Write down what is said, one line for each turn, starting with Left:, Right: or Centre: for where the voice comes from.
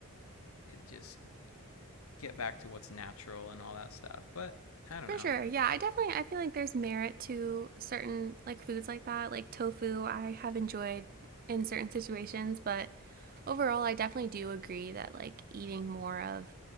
Left: it just get back to what's natural and all that stuff but i don't
Right: For
Left: know
Right: sure. Yeah, I definitely I feel like there's merit to certain like foods like that, like tofu. I have enjoyed in certain situations, but overall I definitely do agree that like eating more of